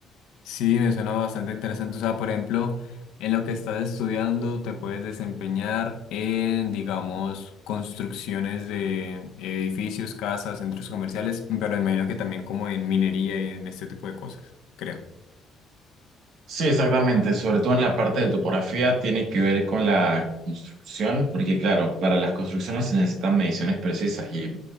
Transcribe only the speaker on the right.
Sí, exactamente, sobre todo en la parte de topografía tiene que ver con la construcción, porque claro, para las construcciones se necesitan mediciones precisas y